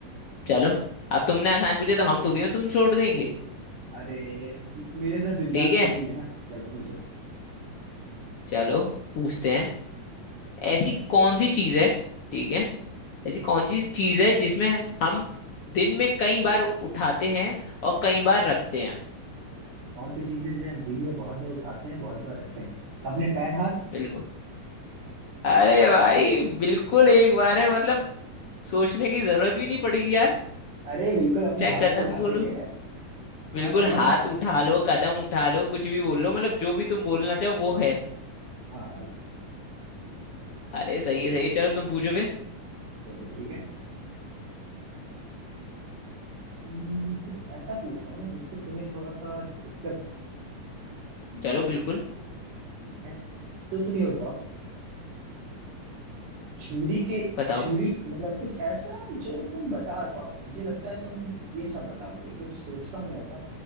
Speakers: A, on the left; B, on the right.
A: चलो अब तुमने आसान पूछे तो हम थोड़ी ना तुम छोड़ देंगे
B: अरे मेरे साथ दिलदार
A: ठीक
B: कोई
A: है
B: नहीं है ना चलो पूछो
A: चलो पूछते हैं ऐसी कौन सी चीज है ठीक है ऐसी कौन सी चीज है जिसमें हम दिन में कई बार उठाते हैं और कई बार रखते हैं
B: कौन सी चीज है जिसे हम दिन में बहुत बार उठाते हैं बहुत बार रखते हैं अपने पैर हाथ
A: बिल्कुल अरे भाई बिल्कुल एक बार है मतलब सोचने की जरूरत भी नहीं पड़ी यार
B: अरे बिल्कुल अपने
A: चाहे
B: हाथ
A: कदम
B: तो उठा
A: बोलो
B: देंगे
A: बिल्कुल
B: हाँ कदम
A: हाथ उठा लो कदम उठा लो कुछ भी बोल लो मतलब जो भी तुम बोलना चाहो वो है
B: हाँ हाँ
A: अरे सही है सही है चलो तुम पूछो फिर
B: चलो ठीक है हम्म, कुछ ऐसा पूछता हूँ ना जिससे तुम्हें थोड़ा सा दिक्कत हो हम्म।
A: चलो बिल्कुल
B: ठीक है तो तुम ये बताओ छुरी के
A: बताओ
B: छुरी मतलब कुछ ऐसा जो तुम बता पाओ मुझे लगता है तुम ये सब बता दोगे कुछ सोचता हूँ ऐसा